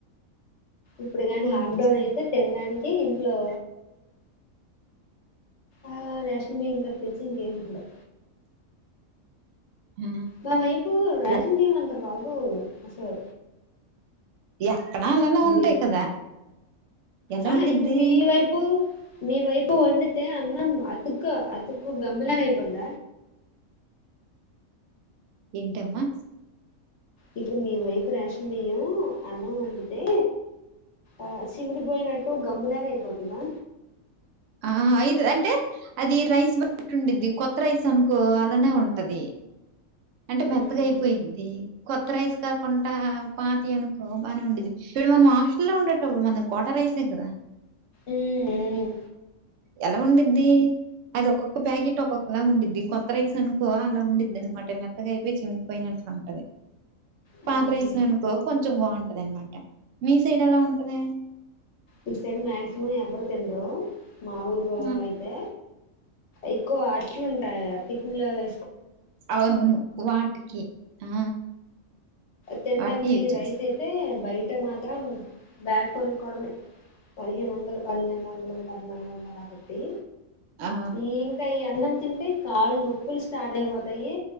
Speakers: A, on the left (about 60°); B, on the right (about 70°).
A: ఇప్పుడు కాని
B: మంచిది.
A: లాక్డౌన్ అయితే తినడానికి ఇంట్లో ఆ రేషన్ బియ్యం తప్పిచ్చి ఇంకేం ఉండవు.
B: ఆ!
A: మా వైపు రేషన్
B: ఎ
A: బియ్యం అంత బాగు అసలు
B: ఎక్కడ అలానే
A: అవి
B: ఉంటాయి కదా ఎలా
A: ఆహా
B: ఉండిద్ది?
A: ఇప్పుడు మీ వైపు మీ వైపు వండితే అన్నం అతుక అతుకు గమ్ముగా అయిపొద్ద
B: ఎంటమ్మా
A: ఇప్పుడు మీ వైపు రేషన్ బియ్యము అన్నం వండితే ఆ సిమిడి పోయినట్టు గమ్ము లాగా అయిపోతదా.
B: ఆ ఐదు అంటే అది రైస్ బట్టి ఉండింది కొత్త రైస్ అనుకో అలానే ఉంటది. అంటే
A: మ్మ్
B: మెత్తగా అయిపోయిద్ది. కొత్త రైస్ కాకుండా పాతివి అనుకో అని ఉండేది ఇప్పుడు మనం హాస్టల్లో లో ఉండేటప్పుడు మన కోట రై కాద
A: ఉమ్ ఉం
B: ఎలా ఉండిద్ది. అది ఒక్కొక్క ప్యాకెట్ ఒక్కొక్కలాగా ఉండిది కొత్త రైస్ అనుకో అలా ఉండిది అనమాట మెత్తగా అయిపోయి చినిపోయినట్ అంటద్
A: మ్మ్
B: పాత్ర రైసనుకో కొంచెం బాగుంటది అనమాట మీ సైడ్ ఎలా ఉంటది?
A: ఇటు సైడ్ మక్సిమం ఎవరు తిన్రరూ మా ఊరు
B: ఆ!
A: అయితే ఎక్కువ అట్లు ఉంటాయి టిఫిన్ లో వే
B: అవునవును వాటికి ఆ
A: తినడానికి
B: వాటికే యూజ్ చేస్తాం.
A: రైస్ అయితే బయట మాత్రం బ్యాగ కొనుకోవడమే పదిహేను వందలు పన్నెండోదాలు పద్నాలుగుంగ పటి
B: ఆ!
A: ఈ ఇంకా ఈ అన్నం తింటే కాళ్ళు నొప్పులు స్టార్ట్ అయిపోతాయి